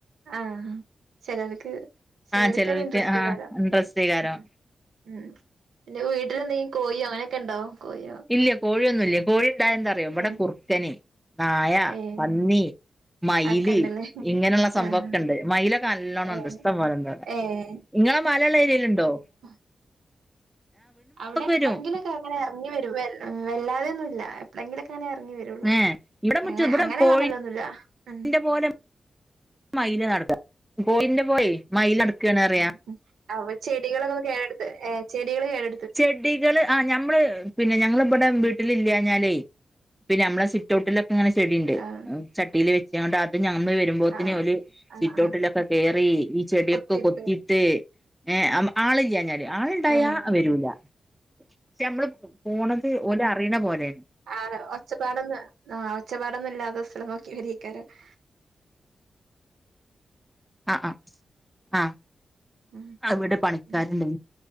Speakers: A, on the right; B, in the centre.
A: ആഹ് ചെലവർക്ക് ചെലവർക്കത്
B: ആഹ് ചെലോൽക്ക്
A: ഇൻട്രസ്റ്റേക്കാരം
B: ആഹ് ഇൻട്രസ്റ്റേക്കാരം
A: ഹ്മ്മ് ഹ്മ്മ് പിന്നെ വീട്ടിലന്തെങ്കിലും കോഴി അങ്ങനെക്കെണ്ടോ കോഴി
B: ഇല്ല കോഴിയൊന്നുല്ല കോഴി ഇണ്ടായാ എന്താറിയോ ഇവടെ
A: ഏഹ്
B: കുർക്കന്, നായ,
A: ഏഹ്
B: പന്നി മയില്
A: അതൊക്കെണ്ടല്ലേ
B: ഇങ്ങനള്ള സംഭവൊക്കെണ്ട്
A: ആഹ്
B: മയിലൊക്കെ നല്ലോണം
A: ഏഹ്
B: ഇണ്ട് ഇഷ്ട്ടംപോലെ ഇണ്ട് ഇവടെ
A: ഏഹ്
B: ഇങ്ങളെ മലള്ള ഏരിയേല്ണ്ടോ
A: <inaudible> അവ്ടെ എപ്പളെങ്കിലൊക്കെ
B: വരും
A: ഇങ്ങനെ എറങ്ങി വെരും വെൽ വെല്ലാതെയൊന്നുല്ല എപ്പളെങ്കിലൊക്കെ ങ്ങനെ എറങ്ങിവെരൊള്ളൂ
B: ഏഹ് ഇവിടെ
A: ഞങ്ങ
B: മുറ്റ ഇവിടെ
A: അങ്ങനെ
B: കോഴിന്റെ
A: കാണലൊന്നുല്ല ആഹ്
B: പോലെ മയില് <unintelligible> കോഴിന്റെ പോലെ മയില് നടക്കാന്നറയാ
A: ഹ്മ്മ് അവ ചെടികളൊക്കൊന്ന് കേടെട്ത്ത ഏഹ് ചെടികള് കേട്
B: ചെടികള് ആഹ് ഞമ്മള് പിന്നെ ഞങ്ങള് വടെ വീട്ടില് ല്ലാഞ്ഞാലേ പിന്നെ അമ്മളെ സിറ്റൊട്ടില് ഇങ്ങനെ ചെടിണ്ട്
A: ആഹ്
B: ചട്ടില് വെച്ച്ക്കാണ്ട് അത് ഞമ്മള് വെരുമ്പോത്തിന്
A: ആഹ്
B: ഓല്
A: ആഹ്
B: സിറ്റൗട്ടിലൊക്കെ
A: ആഹ്
B: കേറി ഈ ചെടിയൊക്കെ
A: കൊത്തിയെടുക്ക
B: കൊത്തിട്ട് ഏഹ് അം ആള്ല്ലാഞ്ഞാല് ആള്ണ്ടായാ
A: ആഹ്
B: യ്യൂല. പക്ഷെ അമ്മള് പോണത് ഓലറിണെ പോലേണ്.
A: ആണോ ഒച്ചപ്പാടൊന്ന് ആഹ് ഒച്ചപ്പാടൊന്നും ഇല്ലാതെ സ്ഥലംനോക്കി വെരിയേക്കാരം <inaudible>
B: ആഹ് ആഹ്, ആഹ്
A: ഉം
B: അ ഇവിടെ പണിക്കാര്ണ്ട്ന്ന്
A: ഉം